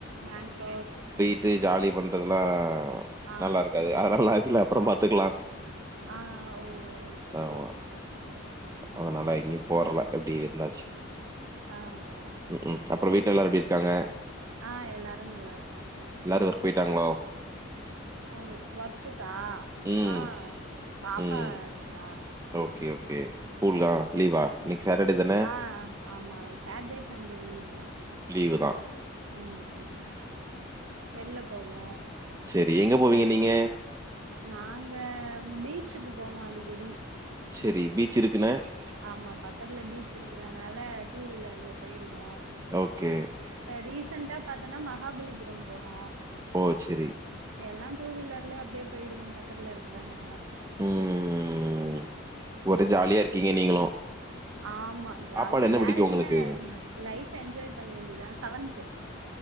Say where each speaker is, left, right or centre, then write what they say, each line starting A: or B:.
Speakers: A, on the right; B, on the right.
A: பேங்ளூர்
B: இப்பே ஜாலி பண்றதுல்லா
A: ஆ
B: நல்லாருக்காது அதெல்லா லைஃப்ல அப்பறோ பாத்துக்கலா
A: ஆ ஓ செரி
B: ஆமா
A: ஓக்கே ஓக்கே ஆ
B: அதனால எங்கயு போறல எப்டி இருந்தாச்சு
A: ஆ ஆ
B: ம்
A: சரி.
B: ம் அப்றோ வீட்லெல்லா எப்டி இருக்காங்க
A: ஆ எல்லாரு நல்லாருக்காங்க
B: எல்லாரு ஒர்க் போயிட்டாங்களோ
A: ஒ ஒர்க்குக்கா
B: ம்
A: ஆ பாப்பா
B: ம்
A: ருக்குறா
B: ஓகே ஓகே ஸ்கூலா லீவா
A: ம்
B: இன்னைக்கு சாட்டர்டே தான
A: ஆ ஆமா சேட்டே சண்டே லீவு தா
B: லீவு தா
A: ம் ம் வெள்ல போகு
B: செரி எங்க போவீங்க நீங்க
A: நாங்க பீச்சுக்கு போவோ அடிக்கடி
B: செரி இருக்குன்ன
A: பீச் ஆமா பக்கத்துல பீச் இருக்குறனால டூ வீலர்ல போயிடுவோ
B: ஓகே
A: இப்ப ரீசெண்டா பாத்தன்னா மகாபலிபுரம் போனோ
B: ஓ சரி
A: எல்லா டூ வீலர்லலே அப்டே போயிடுவோம் பக்கத்துல இருக்குறனால
B: ம். ஒரே
A: ம்
B: ஜாலியா இருக்கீங்க நீங்களும்.
A: ஆமா ஜாலியா
B: சாப்பாடு
A: வேற
B: பிடிக்கும் உங்களுக்கு?
A: என்ன லைஃப் ஃப் என்ஜாய் பண்ண வேண்டிதா செவன்த்து